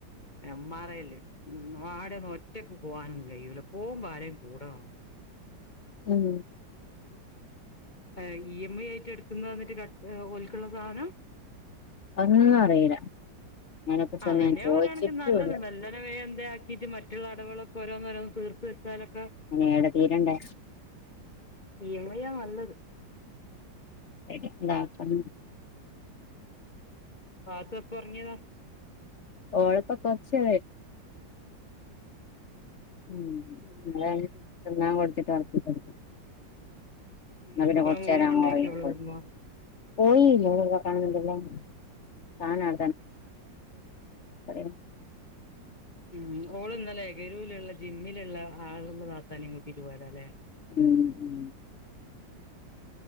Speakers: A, on the left; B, on the left.
A: എം ആറയി ല്ല് ഉം ആടെ ഒന്നും ഒറ്റക്ക് പോവാനൊന്നും കഴിയൂല പോകുമ്പോ ആരേലും കൂടെവാണം
B: ഉം
A: ഏഹ് ഇ എം ഐ ആയിട്ട് എടുക്കുന്ന എന്നിട്ട് ഓല്ക്കുള്ള സാനം
B: ഒന്നും അറിയില്ല അതിനെ കുറിച്ചൊന്നും
A: അതന്നെ
B: ഞാൻ ചോദിച്ചിട്ടുല്ല
A: ഓരാണക്കിന് നല്ലത് മെല്ലന വേ എന്തെ ആക്കീട്ട് മറ്റുള്ളടവുകളൊക്കെ ഓരോന്നോരോന്ന് തീർത്ത് വെച്ചാലൊക്കെ
B: അയിന് ഏടെ തീരണ്ടേ
A: ഇ എം ഐ നല്ലത്
B: അയിന് ന്താക്ക്ന്ന്
A: പാത്തു എപ്പൊ ഒറങ്ങിതാ
B: ഓളിപ്പോ കൊറച്ചേരായി ഉം
A: പിന്നെ
B: ഇവിടാണേ
A: വേറെന്താ
B: തിന്നാ കൊടുത്തിട്ട് ഒറക്കി കോട
A: ഉം
B: ന്നാ പിന്നെ
A: കുബറ
B: കൊറച്ചേരം
A: മോനെ കൊണ്ടോയിക്കോളൂ
B: അങ്ങൊറങ്ങിക്കോളും
A: ഉമ്മ.
B: പോയില്ല കാണണ്ടല്ലോ സാനം <unintelligible> <unintelligible>
A: ഉം ഓളന്നല്ലേ ഗരൂലിലുള്ള ജിമ്മിലുള്ള ആള് വാപ്പാനേം കൂട്ടിട്ട് പോയല്ലേ
B: ഉം ഉം